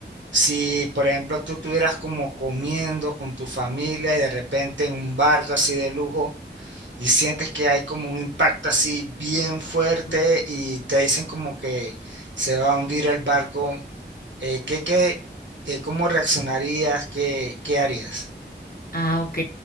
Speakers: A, on the right (about 85°); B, on the left (about 55°).
A: si por ejemplo tú estuvieras como comiendo con tu familia y de repente en un barco así de lujo y sientes que hay como un impacto así bien fuerte
B: Bueno,
A: y te dicen como que se va a hundir el barco eh, ¿qué, qué, eh, cómo reaccionarías? ¿Qué, qué harías?
B: Ah, ok.